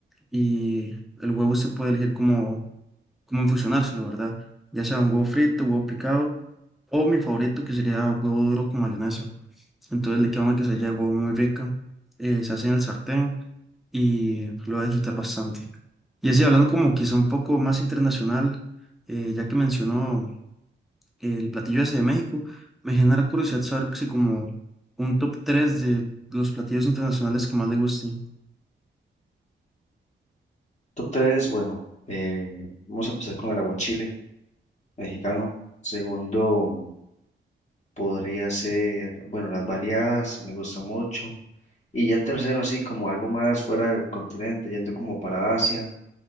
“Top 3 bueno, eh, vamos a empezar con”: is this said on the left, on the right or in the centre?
Left